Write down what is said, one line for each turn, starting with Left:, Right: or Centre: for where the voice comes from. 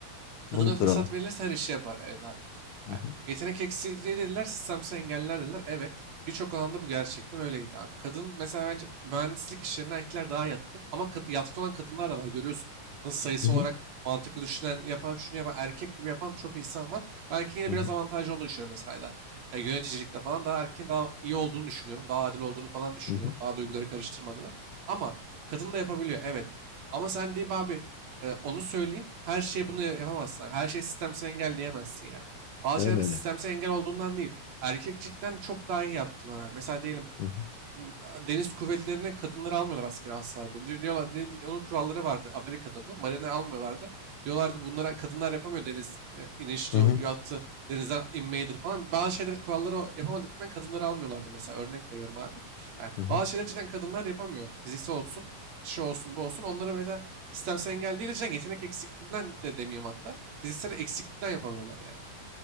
Left: Bunu
Right: Kadına
Left: kıralım.
Right: fırsat verilirse her işi yapar. Evet abi.
Left: Hı
Right: Ha,
Left: hı,
Right: Yetenek eksikliği dediler, sistemsel engeller dediler. Evet. Birçok alanda bu gerçekten öyleydi abi. Kadın mesela bence mühendislik işlerine erkekler daha yatkın ama kad- yatkın olan kadınlar da var görüyorsun. Nasıl sayısı
Left: hı hı,
Right: olarak mantıklı düşünen, yapan, şunu yapan, erkek gibi yapan çok insan var. Ben erkeğin yine
Left: hı hı,
Right: biraz avantajlı olduğunu düşünüyorum mesela. Ya da, e, yöneticilikte falan daha erkeğin daha iyi olduğunu düşünüyorum. Daha adil olduğunu falan düşünüyorum.
Left: hı hı.
Right: Daha duyguları karıştırmadığını. Ama kadın da yapabiliyor evet. Ama sen deyip abi ee, onu söyleyeyim. Her şeye bunu ya- yapamazsın. Her şeyi sistemsel engel diyemezsin yani. Bazı
Left: Öyle
Right: şeylerde
Left: öyle.
Right: sistemsel engel olduğundan değil. Erkek cidden çok daha iyi yaptığına. Mesela diyelim
Left: Hı hı.
Right: m, deniz kuvvetlerine kadınları almıyorlar askere asla. Diyorlar ne- onun kuralları vardı Amerika'da bu. Marine almıyorlardı. Diyorlardı bunlara kadınlar yapamıyor deniz e, iniştir,
Left: Hı hı,
Right: yattı, denizden inmeyidir falan. Bazı şeyleri kuralları o- yapamadıklarından kadınları almıyorlardı mesela örnek veriyorum abi. Yani
Left: hı hı.
Right: bazı şeyleri cidden kadınlar yapamıyor. Fiziksel olsun, şey olsun, bu olsun. Onlara mesela sistemsel engel değil, cidden yetenek eksikliğinden de demeyeyim hatta. Fiziksel eksiklikten yapamıyorlar yani.